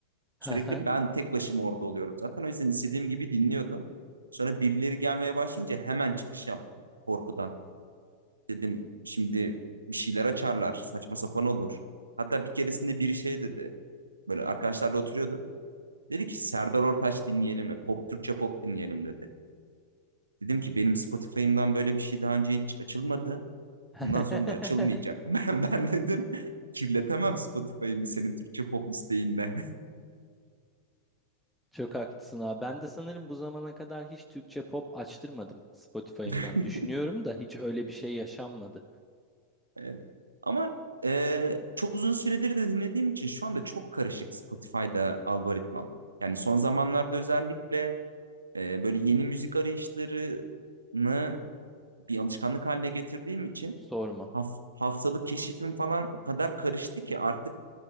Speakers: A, in the centre; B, on the right (about 85°).
A: Hı
B: Sürekli
A: hı.
B: ben tek başıma orada oluyorum zaten. O yüzden istediğim gibi dinliyordum. Sonra birileri gelmeye başlayınca hemen çıkış yaptım korkudan. Dedim şimdi bir şeyler açarlar. Saçma sapan olur. Hatta bir keresinde biri şey dedi. Böyle arkadaşlarla oturuyorduk. Dedi ki Serdar Ortaç dinleyelim mi? Pop Türkçe pop dinleyelim dedi. Dedim ki benim Spotify'ımdan böyle bir şey daha önce hiç açılmadı.
A: <laughs>
B: Bundan sonra da açılmayacak. <laughs> Ben, dedim kirletemem Spotify'ımı senin Türkçe pop listeyinle.
A: Çok haklısın abi. Ben de sanırım bu zamana kadar hiç Türkçe pop açtırmadım Spotify'ımdan.
B: <laughs>
A: Düşünüyorum da hiç öyle bir şey yaşanmadı.
B: Evet. Ama e, çok uzun süredir de dinlediğim için şu anda çok karışık Spotify'da algoritmam. Yani son zamanlarda özellikle e, böyle yeni müzik arayışlarını bir alışkanlık haline getirdiğim için
A: Sorma,
B: haf- haftalık keşifim falan o kadar karıştı ki artık